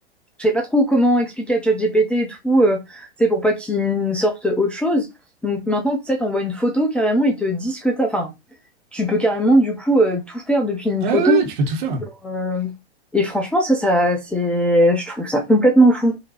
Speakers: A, in the centre; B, on the right.
A: je savais pas trop comment expliquer à ChatGPT et tout, euh, tu sais, pour pas qu'il me sorte autre chose. Donc maintenant, tu sais, t'envoies une photo carrément, ils te disent que t'as. Enfin, tu peux carrément du coup euh, tout faire depuis une
B: ah
A: photo.
B: ouais, ouais, tu peux tout faire
A: Euh, et franchement, ça, ça, c'est, je trouve ça complètement fou.